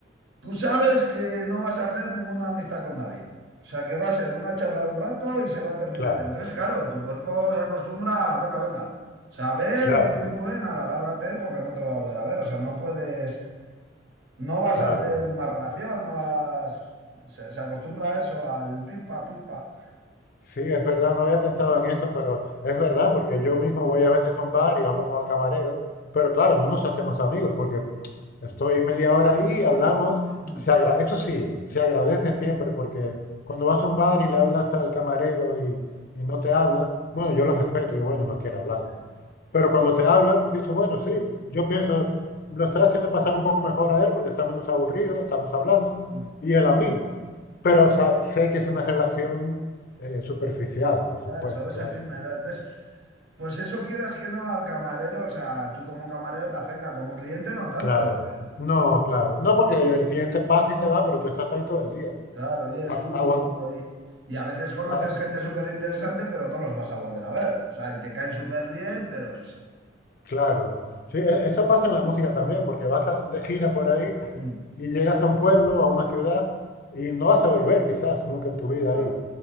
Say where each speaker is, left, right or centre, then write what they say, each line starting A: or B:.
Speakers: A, on the right (about 70°); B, on the left (about 50°).
A: tú sabes que no vas a hacer ninguna amistad con nadie. O sea, que va a ser una charla de un rato y se va a terminar.
B: Claro,
A: Entonces, claro, tu cuerpo se acostumbra, a, venga, venga. O sea, ven,
B: claro,
A: muy bien, muy bien, a la lárgate porque no te va a volver a ver. O sea, no puedes No vas
B: claro.
A: a hacer una relación, no vas. Se, se acostumbra a eso, al pipa, pipa.
B: Sí, es verdad, no había pensado en eso, pero es verdad, porque yo mismo voy a veces a un bar y hablo con el camarero, pero claro, no nos hacemos amigos, porque estoy media hora ahí, hablamos.
A: Mm,
B: Se agra- Esto sí, se agradece siempre, porque cuando vas a un bar y le hablas al camarero y, y no te habla, bueno, yo lo respeto, digo, bueno, no quiere hablar.
A: sí.
B: Pero cuando te hablan, dices, bueno, sí, yo pienso, lo estoy haciendo pasar un poco mejor a él porque está menos aburrido, estamos hablando,
A: mm.
B: y él a mí. Pero o sea, sé que es una relación eh, superficial, por supuesto,
A: Eso, es
B: claro.
A: efímero. Entonces, pues eso quieras que no al camarero, o sea, tú como camarero te afecta, como cliente no tanto.
B: Claro.
A: ¿eh?
B: No, claro. No porque el cliente pasa y se va, pero tú estás ahí todo el día.
A: Claro, y es uno,
B: Aguanta,
A: otro. Y, y a veces conoces
B: claro.
A: gente súper interesante, pero no los vas a volver a ver. O sea, y te caen súper bien, pero. ps,
B: Claro. Sí, e- eso pasa en la música también, porque vas a- de gira por ahí
A: mm,
B: y llegas a un pueblo, a una ciudad, y no vas a volver quizás nunca en tu vida
A: claro,
B: ahí.